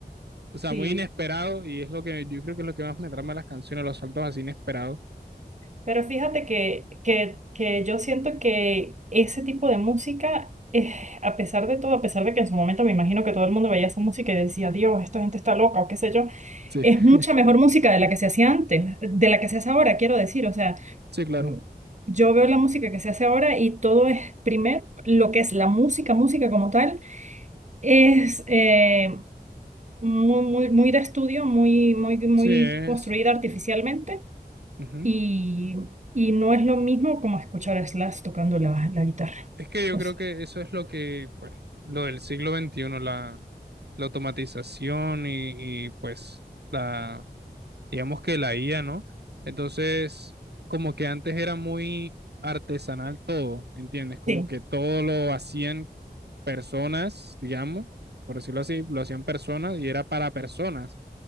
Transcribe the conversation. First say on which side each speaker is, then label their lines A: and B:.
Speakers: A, on the right (about 75°); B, on the right (about 45°).
A: o sea,
B: Sí,
A: muy inesperado, y es lo que yo creo que es lo que más me trama de las canciones, los saltos así inesperados.
B: Pero fíjate que, que, que yo siento que ese tipo de música, eh, a pesar de todo, a pesar de que en su momento me imagino que todo el mundo veía esa música y decía, Dios, esta gente está loca o qué sé yo,
A: Sí,
B: es
A: <laughs>
B: mucha mejor música de la que se hacía antes, de la que se hace ahora, quiero decir. O sea,
A: sí, claro.
B: Mm. yo veo la música que se hace ahora y todo es, primero, lo que es la música, música como tal, es eh, muy, muy, muy de estudio, muy, muy, muy
A: Sí, es.
B: construida artificialmente
A: ujú.
B: y, y no es lo mismo como escuchar a Slash tocando la, la guitarra.
A: Es que yo
B: O
A: creo
B: sea,
A: que eso es lo que, pues, lo del siglo XXI, la, la automatización y, y, pues la, digamos que la IA, ¿no? Entonces, como que antes era muy artesanal todo, ¿entiendes? Como
B: Sí,
A: que todo lo hacían personas, digamos, por decirlo así, lo hacían personas y era para personas.